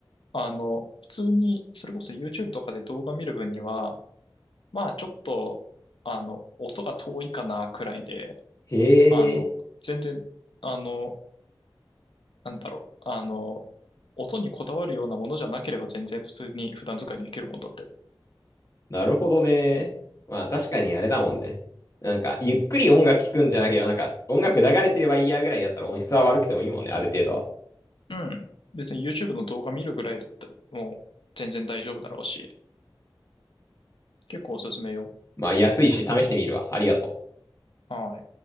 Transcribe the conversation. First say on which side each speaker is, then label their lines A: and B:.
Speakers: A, on the left (about 75°); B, on the left (about 40°).
A: あの、普通に、それこそ YouTube とかで動画見る分には、まあちょっと、あの、音が遠いかなくらいで、
B: へえ。
A: あの、全然、あの、なんだろう、あの、音にこだわるようなものじゃなければ全然普通に普段使いできるもんだって。
B: なるほどね。まあ確かにあれだもんね。なんか、ゆっくり音楽聴くんじゃなければ、なんか、音楽流れてればいいやぐらいだったら音質は悪くてもいいもんね、ある程度は。
A: うん。別に YouTube の動画見るぐらいだって、もう全然大丈夫だろうし、結構おすすめよ。
B: まあ安いし試してみるわ。ありがとう。
A: はい。